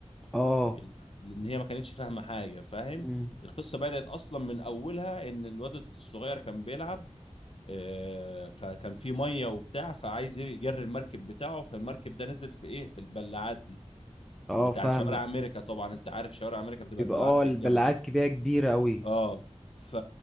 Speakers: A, in the centre; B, on the left (about 55°).
A: اه
B: ال- لان هي ما كانتش فاهمه حاجه فاهم
A: مم.
B: القصه بدات اصلا من اولها ان الواد الصغير كان بيلعب آه، فكان في ميه وبتاع فعايز ير- يجري المركب بتاعه فالمركب ده نزل في ايه في البلاعات دي
A: اه
B: بتاعت
A: فاهمك
B: شوارع امريكا طبعا انت عارف شوارع امريكا بتبقى
A: بيبقى
B: البلاعات
A: اه
B: في
A: البلعات
B: الجنب
A: كبيرة كبيرة قوي
B: اه ف...